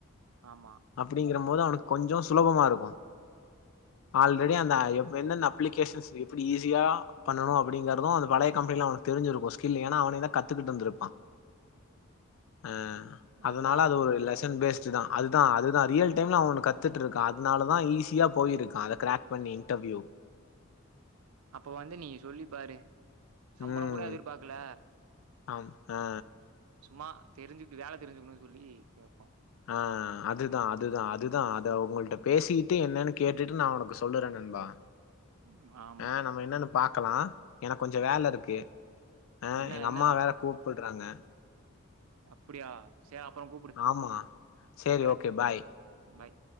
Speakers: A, on the right (about 85°); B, on the left (about 70°).
A: ஆமா
B: அப்டிங்கிற போது அவனுக்கு கொஞ்சோ சுலபமா இருக்கு ஆல்ரெடி அந்த எந்தெந்த அப்ளிகேஷன்ஸ் இப்டி ஈஸியா பண்ணனு அப்படிங்கறது அந்த பழைய கம்பெனியில அவனுக்கு தெரிஞ்சிருக்கு ஸ்கில் ஏன்னா அவனே தா கத்துக்கிட்ருந்திருப்பா அ அதனால
A: அதுதான்.
B: அது ஒரு லெஸ ரிடன் பேஸ்டுதா அதுதா அதுதா ரியல் டைம்ல அவ ஒன்னு கத்துட்ருக்கா அதனாலதா ஈஸியா போயிருக்கா அத கிராக் பண்ணி இன்டர்வியூ
A: அப்ப வந்து நீ சொல்லி பாரு சம்பளொ
B: ம்
A: கூட எதிர்பாக்கல
B: ஆம் ஆ
A: சும்மா தெரிஞ்சுட்டு வேல தெரிஞ்சுக்கணு சொல்லி கேப்போ
B: ஆ அதுதா அதுதா அதுதா அத உங்கள்ட்ட பேசிட்டு என்னன்னு கேட்டுட்டு நா உனக்கு சொல்லுறே நண்பா
A: ம். ஆமா.
B: ஆ நம்ம என்னன்னு பா க்கலா எனக்கு கொஞ்சே வேல இருக்கு அ
A: என்ன
B: எங்க
A: என்ன
B: அம்மா வேற கூப்பிட்றாங்க
A: அப்படியா சே அப்புறோ கூப்புடு
B: ஆமா சேரி
A: வைக்கிறே
B: ஓகே பாய்
A: பாய்